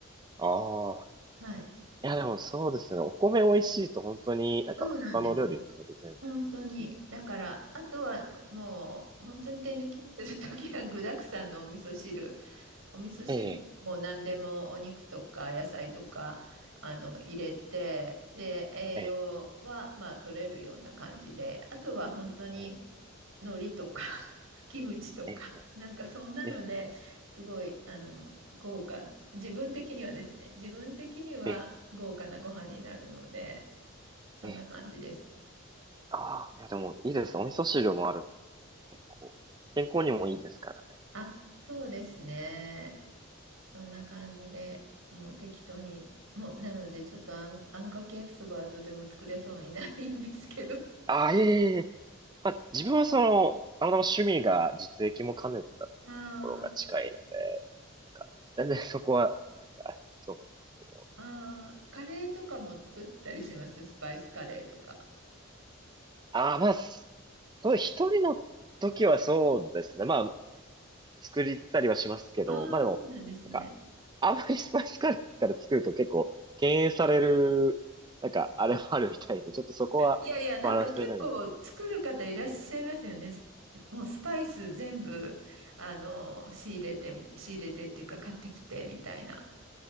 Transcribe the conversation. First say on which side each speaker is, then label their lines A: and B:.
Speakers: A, on the right (about 20°); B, on the right (about 85°).
A: ああ。
B: はい。
A: いや、でもそうですよね。お米美味しいと本当になんか他の料理含めて全部
B: そうなんですよ。本当に。
A: いいですね。
B: だから、あとはもう、本当に手抜きするときは具沢山のお味噌汁。<laughs> お味噌汁にもう何でもお肉とか野菜とか、
A: ええ、
B: あの、入れて、で、栄養は、
A: ええ、
B: まあ、取れるような感じで。あとは本当に、
A: え
B: 海苔とか <laughs>、キムチとか、
A: え、ええ、
B: なんかそんなのですごい、
A: ええ、
B: あの、豪華。自分的にはですね、自分的には豪華なご飯になるので、
A: ええ、
B: そんな感じです。
A: ええ。ああ、いや、でもいいですね。お味噌汁もあると結構、健康にもいいですからね。
B: あ、そうですね。そんな感じで、もう適当に、もう、なので、ちょっとあん、あんかけ焼きそばはとても作れそうにないんですけど。
A: ああ、いえいえいえ。まあ、自分はその、たまたま趣味が実益も兼ねてたっていうところが近いので、
B: <laughs> あー
A: なんか、全然そこは、なんか、あれそうなんですけど。
B: ああ、カレーとかも作ったりします。スパイスカレーとか。
A: ああ、まあ、そう、一人の時はそうですね。まあ、作りたりはしますけど、
B: ああそうなんですね。
A: まあでも、なんか、あんまりスパイスカレーから作ると結構、敬遠される、なんか、あれもあるみたいで、ちょっとそこはバランス取りながら。
B: いやいや、なんか結構作る方いらっしゃいますよね。すもうスパイス全部、あの、仕入れてみ、仕入れてっていうか買ってきてみたいな。